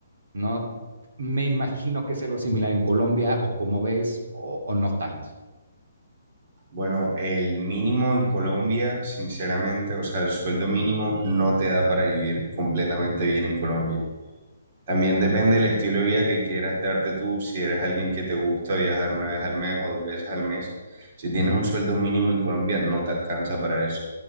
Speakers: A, on the right (about 70°); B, on the right (about 40°).
A: ¿no? Me imagino que es algo similar en Colombia, o como ves, o, o no tanto.
B: Bueno, el mínimo en Colombia, sinceramente, o sea, el sueldo mínimo no te da para vivir completamente bien en Colombia. También depende del estilo de vida que quieras darte tú, si eres alguien que te gusta viajar una vez al mes o dos veces al mes. Si tienes
A: Uh -huh.
B: un sueldo mínimo en Colombia, no te alcanza para eso.